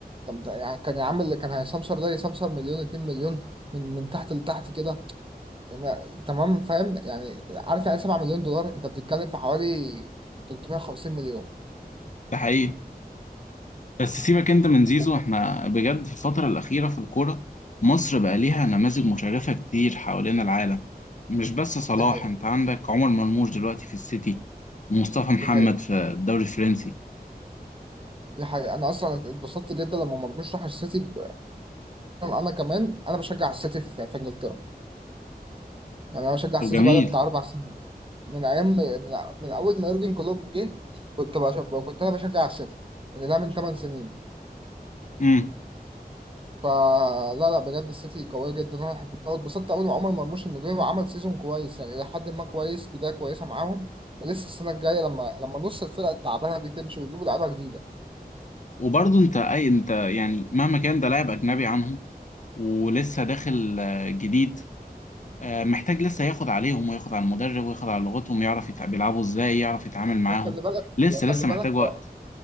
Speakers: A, on the right; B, on the left.
A: طب ده يعني كان يا عم اللي كان هيسمسر ده يسمسر مليون 2 مليون من من تحت لتحت كده ما- تمام فاهم يعني عارف يعني 7 مليون دولار انت بتتكلم في حوالي 350 مليون
B: ده حقيقي بس سيبك انت من زيزو
A: وك-
B: احنا بجد في الفترة الأخيرة في الكورة مصر بقى ليها نماذج مشرفة كتير حوالين العالم مش بس صلاح
A: دي حقيقة
B: انت عندك عمر مرموش دلوقتي في السيتي ومصطفى محمد
A: دي حقيقة
B: في الدوري الفرنسي
A: دي حقيقة أنا أصلا اتبسطت جدا لما مرموش راح السيتي وأنا أنا كمان أنا بشجع السيتي في في إنجلترا يعني أنا بشجع
B: طب
A: السيتي
B: جميل
A: بقالي بتاع أربع سنين من أيام من, من أول ما يورجن كلوب جه كنت بشجع كنت أنا بشجع السيتي يعني ده من 8 سنين
B: امم
A: فلا لا بجد السيتي قوية جدا انا بحبها واتبسطت قوي إن عمر مرموش انه جه وعمل سيزون كويس يعني إلى حد ما كويس بداية كويسة معاهم ولسه السنة الجاية لما لما نص الفرق التعبانة دي تمشي ويجيبوا لعيبة جديدة
B: وبرضه انت اي انت يعني مهما كان ده لاعب أجنبي عنهم ولسه داخل آه، جديد آه، محتاج لسه ياخد عليهم وياخد على المدرب وياخد على لغتهم يعرف يتع- بيلعبوا ازاي يعرف يتعامل معاهم
A: وخلي بالك
B: لسه
A: وخلي
B: لسه
A: بالك
B: محتاج وقت
A: هو